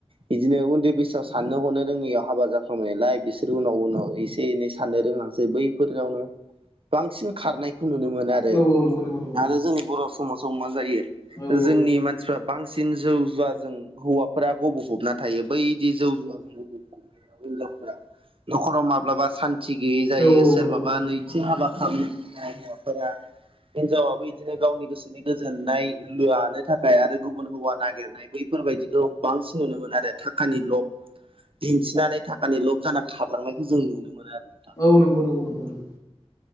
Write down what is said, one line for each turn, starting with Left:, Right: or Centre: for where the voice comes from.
Right: बिदिनो उन्दै बैसोआव साननो हरनो रोङैयाव हाबा जाफांनायालाय बिसोरो उनाव उनाव एसे एनै साननो रोंलांसै बैफोरनावनो बांसिन खारनायखौ नुनो मोनो आरो
Left: औ औ नंगौ नंगौ नंगौ
Right: आरो जोंनि बर' समाजाव मा जायो
Left: औ
Right: जोंनि
Left: औ
Right: मानसिफ्रा बांसिन जौ जुवाजों हौवाफोरा गबफबना थायो बैदि जौ जुवाजोंब न'खराव माब्लाबा सान्थि गैयै जायो
Left: औ
Right: सोरबा
Left: नंगौ नंगौ
Right: बा नैथि हाबा खालामनाय हौवाफोरा हिनजावाबो बिदिनो गावनि गोसोनि गोजोननाय ला लानो थाखाय आरो गुबुन हौवा नागिरनाय बैफोरबायदिखौ बांसिन नुनो मोनो आरो थाखानि ल'क दिन्थिनानै थाखानि लब जाना खारलांनायखौ जों नुनो मोनो आरो नोंथां
Left: औ नंगौ नंगौ नोंथां नगौ